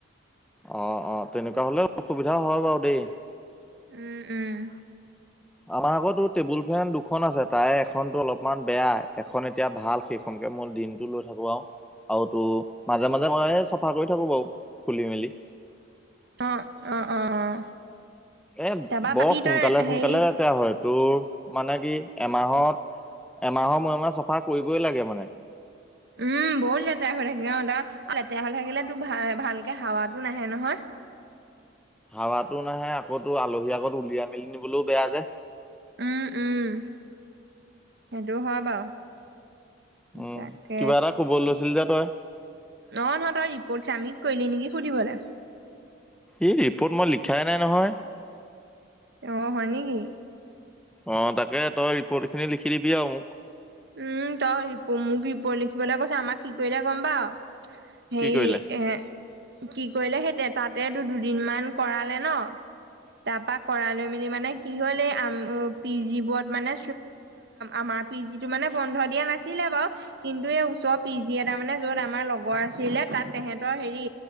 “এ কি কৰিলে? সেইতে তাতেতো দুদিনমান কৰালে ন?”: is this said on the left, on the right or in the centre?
Right